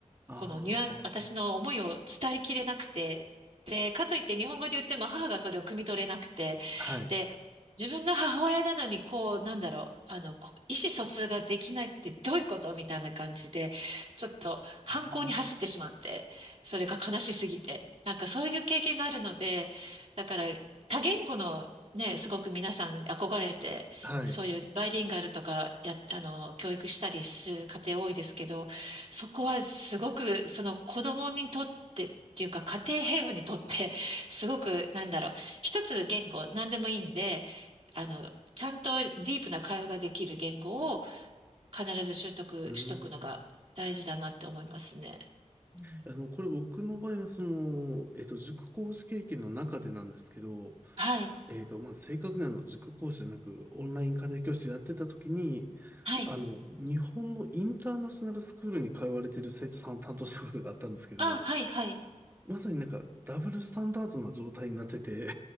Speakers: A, on the right; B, on the right.
A: あ
B: このニュアンス、私の思いを伝えきれなくて、で、かといって日本語で言っても母がそれを汲み取れなくて、
A: あ、はい。
B: で、自分の母親なのに、こう、なんだろう、あの、こ意思疎通ができないってどういうことみたいな感じで、ちょっと反抗に走ってしまって、
A: あー
B: それが悲しすぎて、なんかそういう経験があるので、だから多言語のね、すごく皆さん憧れて、
A: はい。
B: そういうバイリンガルとかや、あの、教育したりする家庭多いですけど、そこはすごく、その子供にとってっていうか、家庭平和にとって、<laughs> すごく、なんだろう、一つ言語、何でもいいんで、あの、ちゃんとディープな会話ができる言語を必ず習得しとくのが大事だなって思いますね。
A: うーん。
B: うん、
A: あの、これ僕の場合は、その、えっと、塾講師経験の中でなんですけど、
B: はい、
A: えっと、まあ、正確にあの、塾講師じゃなく、オンライン家庭教師やってた時に、
B: はい。
A: あの、日本のインターナショナルスクールに通われてる生徒さんを担当したことがあったんですけど、
B: あ、はい、はい、
A: まさになんか、ダブルスタンダードな状態になってて、